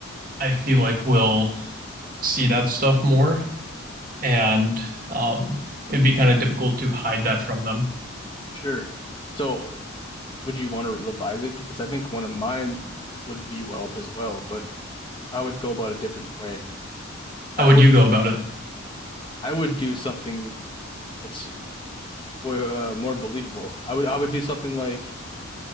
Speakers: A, on the right; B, on the left.
A: I feel like will see that stuff more and um it'd be kind of difficult to hide that from them.
B: Sure. So, would you want to revise it? Because I think one of mine would be wealth as well, but I would go about a different way. I
A: How
B: would
A: would you go about it?
B: I would do something that's well, uh, more believable. I would I would do something like